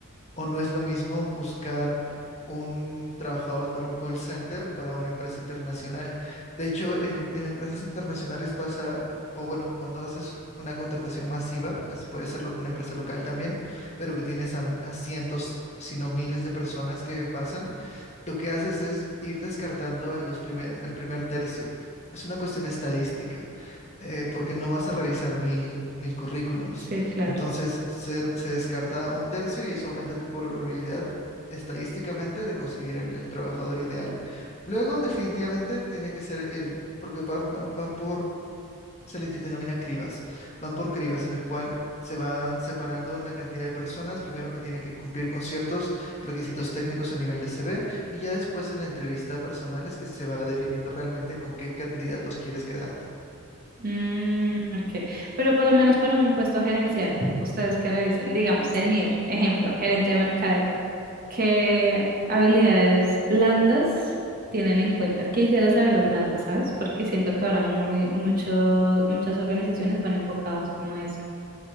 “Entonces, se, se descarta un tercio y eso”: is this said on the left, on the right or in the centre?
Left